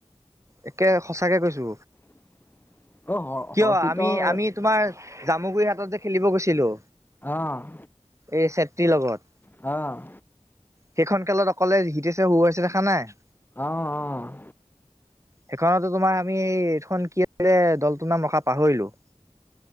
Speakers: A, on the right; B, on the left.
A: একে সঁচাকে কৈছো।
B: <inaudible>
A: কিয়
B: হৰ্ষিতৰ
A: আমি, আমি তোমাৰ জামুগুৰি হাটত যে খেলিব গৈছিলো।
B: অ'।
A: এই চেত্ৰী লগত।
B: অ'।
A: সেইখন খেলত অকলে হীতেশে হৰুৱাইছে দেখা নাই।
B: অ', অ'।
A: সেইখনতো তোমাৰ আমি, এইখন কি আছিলে দলটোৰ নাম ৰখা পাহৰিলো।